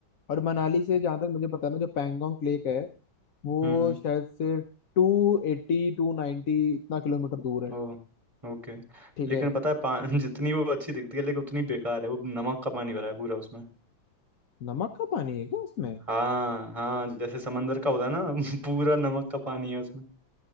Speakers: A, on the left (about 50°); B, on the right (about 15°).
A: और मनाली से जहाँ तक मुझे पता है ना जो पैंगोंग लेक है वो
B: हम्म
A: शायद से टू एट्टी टू नाइन्टी इतना किलोमीटर दूर है
B: ओ ओके
A: ठीक
B: लेकिन
A: है
B: पता है पा <laughs> जितनी वो अच्छी दिखती है लेकिन उतनी बेकार है वो नमक का पानी भरा है पूरा उसमें
A: नमक का पानी है क्या उसमें
B: हाँ हाँ जैसे समंदर का होता है ना <laughs> पूरा नमक का पानी है उसमें